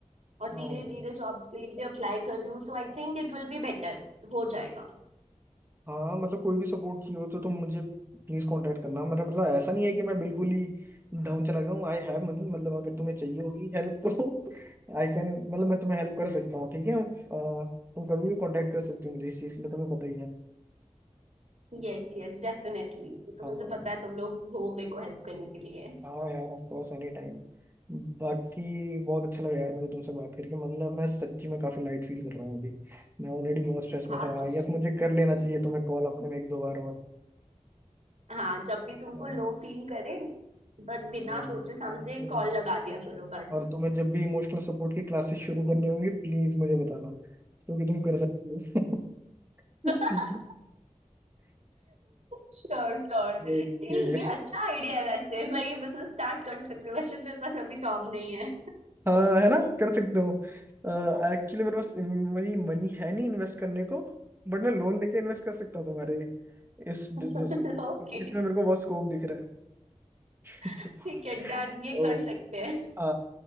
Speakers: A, on the right; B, on the right.
A: और
B: हाँ
A: धीरे धीरे जॉब्स के लिए भी अप्लाई कर रही हूँ तो I think it will be better हो जाएगा
B: हाँ मतलब कोई भी सपोर्ट चाहिए हो तो तुम मुझे प्लीज कांटेक्ट करना मेरा मतलब ऐसा नहीं है कि मैं बिल्कुल ही डाउन चला गया हूँ आई हैव मनी मतलब अगर तुम्हें चाहिए होगी हेल्प तो <laughs> आई कैन मतलब मैं तुम्हें हेल्प कर सकता हूँ ठीक है अ, तुम कभी भी कांटेक्ट कर सकते हो मुझे इस चीज के लिए तुम्हें पता ही है
A: यस यस डेफिनेटली वो तो
B: हाँ
A: मुझे पता है तुम लोग हो मेरे को हेल्प करने के लिए
B: हाँ यार ऑफ कोर्स एनी टाइम बाकी बहुत अच्छा लगा यार मुझे तुमसे बात करके मतलब मैं सच्ची में काफी लाइट फील कर रहा हूँ अभी मैं ऑलरेडी बहुत स्ट्रेस
A: हाँ
B: में था
A: तो
B: आई गेस मुझे कर लेना चाहिए तुम्हें कॉल हफ्ते में एक दो बार और
A: हाँ जब भी तुमको
B: हम्म,
A: लो फील करे बस बिना
B: और
A: सोचे समझे
B: तुम
A: कॉल लगा दिया करो बस
B: और तुम्हें जब भी इमोशनल सपोर्ट की क्लासेस शुरू करनी होंगी प्लीज मुझे बताना क्योंकि तुम कर सकती हो <laughs>
A: <laughs>
B: ठीक है
A: Sure sure
B: ओके
A: ये ये अच्छा आइडिया है वैसे मैं ये बिजनेस स्टार्ट कर सकती हूँ वैसे मेरे पास अभी जॉब नहीं है
B: हाँ है ना कर सकता हूँ एक्चुअली मेरे पास मेरी मनी है नहीं इन्वेस्ट करने को बट मैं लोन लेके इन्वेस्ट कर सकता हूँ तुम्हारे इस
A: <laughs>
B: बिजनेस में क्योंकि
A: ओके
B: इसमें मेरे को बहुत स्कोप दिख रहा है <laughs>
A: ठीक है डन ये
B: ओ,
A: कर सकते हैं
B: आ,